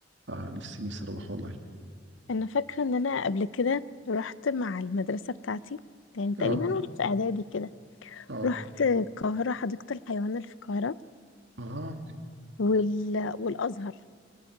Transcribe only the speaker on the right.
آه نفسي نفسي أروح والله
آه
آه
آه